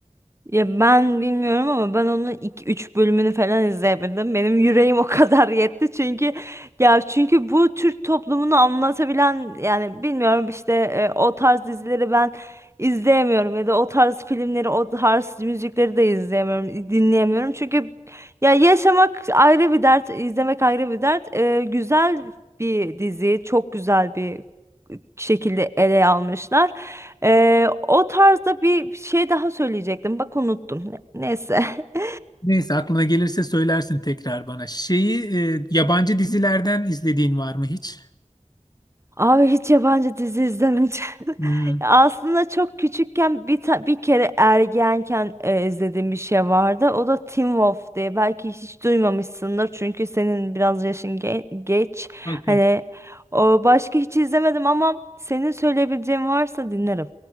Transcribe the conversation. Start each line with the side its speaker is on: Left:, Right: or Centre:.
Right: Ya ben bilmiyorum ama ben onun iki üç bölümünü falan izleyebildim. Benim yüreğim o <laughs> kadar yetti çünkü ya çünkü bu Türk toplumunu anlatabilen yani bilmiyorum işte e, o tarz dizileri ben izleyemiyorum ya da o tarz filmleri, o tarz müzikleri de izleyemiyorum, dinleyemiyorum. Çünkü ya yaşamak ayrı bir dert, izlemek ayrı bir dert. E, güzel bir dizi, çok güzel bir şekilde ele almışlar. Ee, o tarzda bir şey daha söyleyecektim. Bak unuttum. Ne- Neyse. <laughs>
Left: Neyse aklına gelirse söylersin tekrar bana. Şeyi e, yabancı dizilerden izlediğin var mı hiç?
Right: Abi hiç yabancı dizi izlemedim. <laughs>
Left: Hmm,
Right: Aslında çok küçükken bir ta- bir kere ergenken e, izlediğim bir şey vardı. O da Teen Wolf diye. Belki hiç duymamışsındır çünkü senin biraz yaşın ge- geç.
Left: okey.
Right: Hani o başka hiç izlemedim ama senin söyleyebileceğin varsa dinlerim.